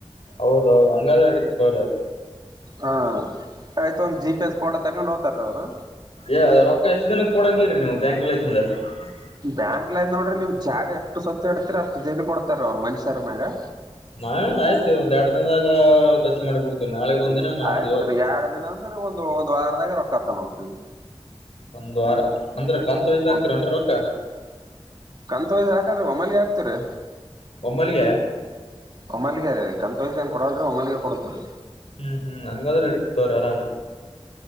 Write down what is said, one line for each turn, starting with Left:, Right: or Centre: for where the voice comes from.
Left: ಹೌದ ಹೌದ ಹಂಗಾದ್ರ ನಡೆತದ ತೊಗೋರಿ ಆದ.
Right: ಹಾ ಆಯ್ತು ಒಂದ್ ಜಿ ಪಿ ಎಸ್ ಫೋಟೋ ತಗೊಂಡ್ ಹೋಗ್ತಾರಿ ಅವ್ರು.
Left: ಏ ರೊಕ್ಕ ಎಷ್ಟು ದಿನಕ್ ಕೊಡಂಗಿರಿ ನೀವು ಬ್ಯಾಂಕ್. <unintelligible>
Right: ಬ್ಯಾಂಕ ಲಾಗ್ ನೋಡ್ರಿ ನೀವ್ ಜಾಗ ಎಷ್ಟು ಸ್ವಚ್ಛಾಡ್ತರ ಅಷ್ಟ ಜೆನ ಕೊಡ್ತಾರ ಅವ್ರು ಮನುಷ್ಯರ ಮ್ಯಾಗ.
Left: ನಾವೇನ್ ಆಯ್ತು ಒಂದ್ ಎರಡ ದಿನದಾಗ. ಖರ್ಚು ಮಾಡ್ಬಿಡ್ತೀವಿ ನಾಳೆಗ್ ಒಂದ್ ದಿನ ನಾಡ್ದ
Right: ಆಯ್ತ್
Left: ಇವತ್
Right: ರೀ ಎರಡ್ ದಿನ ಅಂದ್ರ ಒಂದು ಒಂದ್ ವಾರದಾಗ ಲಾಕ್ ಆತವ ನೋಡ್ರಿ ನಿಮ್
Left: ಒಂದ ವಾರ ಅಂದ್ರ ಕಾಂತ ವೈಸ್ ಹಾಕ್ತಿರೇನ್ರಿ
Right: ಒಂದ್
Left: ರೊಕ್ಕ.
Right: ಕಂತ್ ವೈಸ್ ಹಾಕಲಾ ಒಮೇಲ್ಗೆ ಹಾಕ್ತೇವರಿ.
Left: ಒಮ್ಮಲಿಗೆ
Right: ಒಮ್ಮಿಲಗೇ ರೀ ಕಾಂತ ವೈಸ್ ಏನ ಕೊಡಲ್ಲ ರಿ ಒಮ್ಮಲ್ಗೆ ಕೊಡತವ್ರೀ.
Left: ಹ್ಮ್ ಹ್ಮ್ ಹಂಗಾದ್ರೆ ನಡಿತೈತಿ ತಗೋರಿ ಆರಾಮ್